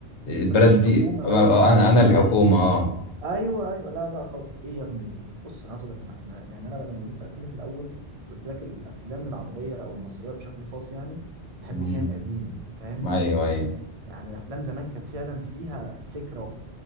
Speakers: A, on the left; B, on the right.
A: البلد
B: مفيش
A: دي
B: حكومه
A: آه،
B: باين ولا
A: آه، انا انا الحكومة اه
B: ايوه ايوه لا لا خلاص ايه يا ابني ال- بص انا عايز اقول لك على حاجة. ما- يعني انا بقى لما جيت سالتني في الاول قلت لك الافلام العربيه او المصريه بشكل خاص يعني بحب
A: مم.
B: فيها القديم فاهم
A: ايوه ايوه
B: يعني الافلام زمان كانت فعلا فيها فكره وف...